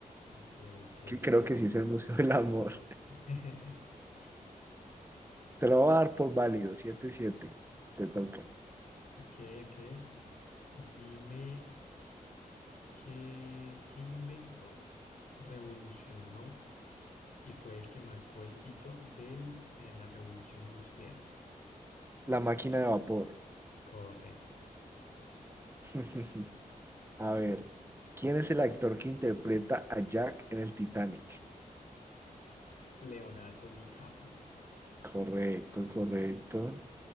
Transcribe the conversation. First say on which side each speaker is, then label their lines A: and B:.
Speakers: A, on the left; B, on the right.
A: Ok, ok,
B: que creo
A: ok.
B: que sí es el Museo del Amor.
A: <laughs>
B: Te lo voy a dar por válido, siete siete Te toca.
A: Ok, ok. Dime... ¿Qué, qué invento revolucionó y fue el que marcó el hito de la revolución industrial?
B: La máquina de vapor.
A: Correcto.
B: <laughs> A ver, ¿quién es el actor que interpreta a Jack en el Titanic?
A: Leonardo DiCaprio.
B: Correcto, correcto.